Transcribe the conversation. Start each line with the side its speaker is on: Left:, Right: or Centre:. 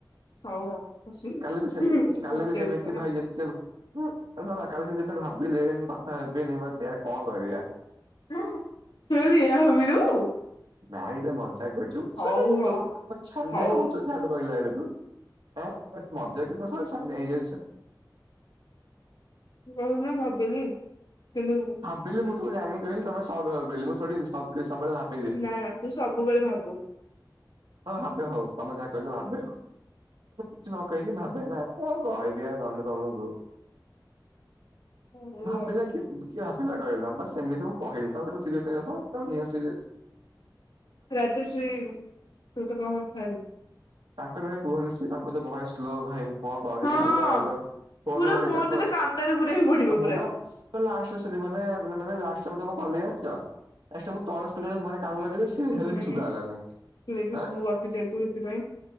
Left: ହଉ ଆଉ। ହସି ଯାଉଛି
Right: କାଲି ବି ସେ କାଲି
Left: ହସି
Right: ବି
Left: ଯାଉଛୁ
Right: ସେମିତି
Left: ନା
Right: ଭାଇ ଯେ ଶୁଣନା କାଲି ଯୋଉକଥା ଭାବିଲେ ମୁଁ କଥା ହେବିନି ମୋଟେ କଣ କରିଆ?
Left: ହରେ ତୁ ଏଇଆ ଭାବିଲୁ?
Right: ନାଇଁରେ ମଜାକ୍ କରିଚୁ <inaudible> ଆ
Left: ହଉ ହଉ
Right: ଛାନିଆ
Left: ହଉ
Right: କଁ ହଉଚୁ ଏତେ। ଯାହା ଗୋଟେ କଇଲା ବେଳକୁ ଆ ମଜାକ ରେ ସମସେ ଛାନିଆ ହେଇଯାଉଚ। <unintelligible>
Left: ଏଇନେ ଭାବିଲି। କିନ୍ତୁ
Right: ବିଲୁ ମୁଁ ତୁ ଜାଣିକହିଲି ତମେ ସହଜ ଭାବି ବୋଲି ମୁଁ ଥୋଡି ସବୁବେଳେ ଭାବେ।
Left: ନା ନା ତୁ ସବୁବେଳେ ଭାବୁ।
Right: ହଁ ଭାବେ ହଉ ତମେ ଯାହା କହିଲ ଭାବେ ଆଉ। କିଛି ନ କହିକି ଭାବେ ନା କଣ କହିବି ଆଉ ତମେ ତମୁକୁ।
Left: ହଉ
Right: ଭାବିଲା
Left: ଆଉ
Right: କି କିଏ ଭାବିଲା ଠୁ ହେଲା ବାସ୍ ଏମିତି ମୁଁ କହିଲି ତାକୁ ତମେ ସିରିଏସ୍ ନେଇଯାଉଚ <inaudible>
Left: ରାଗିଚି ତୋ ସହିତ ଆଉ କଥାହେବିନି।
Right: ତାଙ୍କର ଭାଇ କୁହନି ସେ ତାଙ୍କ ଯୋଉ ଭଏସ୍ ସ୍ଲୋ ଭାଇ କଣ କରିବି
Left: ହଁ
Right: ହାଲୋ ହାଲୋ ଫୋନ
Left: ପୁରା
Right: ଓଲଟା
Left: ଫୋନରେ
Right: ପ
Left: ତ କାନରେ ପୁରେଇବାକୁ ପଡିବ
Right: ଆ ମୁଁପା
Left: ପୁରା
Right: ଲାଷ୍ଟରେ ଶୁଭିବନି ମାନେ ଲାଷ୍ଟ ରେ ମୁଁ କଲି ଜାଣିଚ ଲାଷ୍ଟ ତଳେ ସ୍ପିକର୍ ମାନେ ତମର ବି ସେ
Left: ଶୁଭୁ
Right: ହେଲେ ବି
Left: ନାହିଁ
Right: ଶୁଗା
Left: <inaudible>
Right: ହେଲାନି ଆଁ
Left: ମୁଁ ଗପି ଚାଲିଚି ସେଥିପାଇଁ।